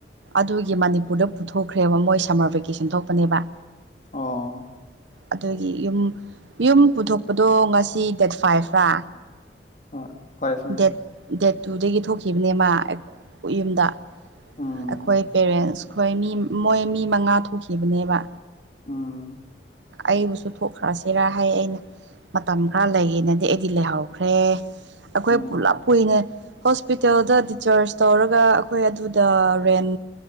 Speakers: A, on the right (about 85°); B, on the left (about 40°).
A: ꯑꯗꯨꯒꯤ ꯃꯅꯤꯄꯨꯔꯗ ꯄꯨꯊꯣꯛꯈ꯭ꯔꯦꯕ ꯃꯣꯏ ꯁꯝꯃꯔ ꯕꯦꯀꯦꯁꯟ ꯊꯣꯛꯄꯅꯦꯕ
B: ꯑꯣ
A: ꯑꯗꯨꯒꯤ ꯌꯨꯝ ꯌꯨꯝ ꯄꯨꯊꯣꯛꯄꯗꯣ ꯉꯁꯤ ꯗꯦꯠ ꯐꯥꯏꯚꯔꯥ
B: ꯍꯣꯢ ꯐꯥꯢꯚ
A: ꯗꯦꯠ ꯗꯦꯠ ꯇꯨꯗꯒꯤ ꯊꯣꯛꯈꯤꯕꯅꯦ ꯃꯥ ꯌꯨꯝꯗ
B: ꯎꯝ
A: ꯑꯩꯈꯣꯏ ꯄꯦꯔꯦꯟꯁ ꯈꯣꯏ ꯃꯤ ꯃꯣꯏ ꯃꯤ ꯃꯉꯥ ꯊꯣꯛꯈꯤꯕꯅꯦꯕ
B: ꯎꯝ
A: ꯑꯩꯕꯨꯁꯨ ꯊꯣꯛꯈ꯭ꯔꯁꯤꯔ ꯍꯥꯏ ꯑꯩꯅ ꯃꯇꯝ ꯈꯔ ꯂꯩꯒꯦꯅꯗꯤ ꯑꯩꯗꯤ ꯂꯩꯍꯧ ꯈ꯭ꯔꯦ ꯑꯩꯈꯣꯏ
B: ꯎꯝ
A: ꯄꯨꯂꯞ ꯀꯨꯏꯅ ꯍꯣꯁꯄꯤꯇꯥꯜꯗ ꯗꯤꯆꯥꯔꯖ ꯇꯧꯔꯒ ꯑꯩꯈꯣꯏ ꯑꯗꯨꯗ ꯔꯦꯟ